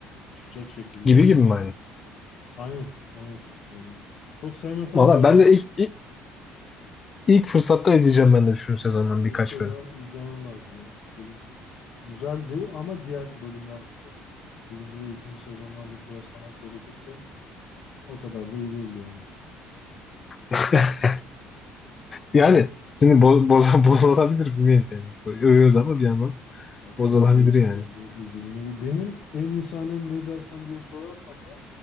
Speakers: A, on the left; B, on the left.
A: çıkacak şekilde.
B: Gibi gibi mi aynı?
A: Aynen aynen yani çok sevmesem
B: Valla
A: de öyle
B: ben de ilk, ilk, ilk fırsatta izleyeceğim ben de şu sezondan
A: mutlaka
B: birkaç bölüm.
A: izlemen lazım yani ilk bölüm güzeldi ama diğer bölümlerle böyle birinci ve ikinci sezonlarla kıyaslamak gerekirse o kadar da iyi değildi yani.
B: <laughs> Yani şimdi bo boz <laughs> bozulabilir bilmeyiz yani. Övüyoruz ama bir yandan
A: Yok
B: bozulabilir
A: yok göz izle-
B: yani.
A: izlediğinde gibi. Benim en iyi sahnem ne dersen diye sorarsan da